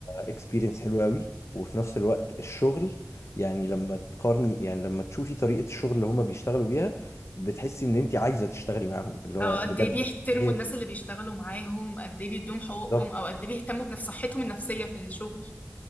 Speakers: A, on the left; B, on the left.
A: اكسبيرينس حلوه قوي وفي نفس الوقت الشغل يعني لما تقارني يعني لما تشوفي طريقه الشغل اللي هما بيشتغلوا بيها بتحسي ان انتي عايزه تشتغلي معاهم اللي هو
B: او
A: بجد
B: قد ايه بيحترموا
A: هي
B: الناس اللي بيشتغلوا معاهم قد ايه بيدوهم حقوقهم
A: بالظبط
B: او قد ايه بيهتموا بنفس صحتهم النفسية في الشغل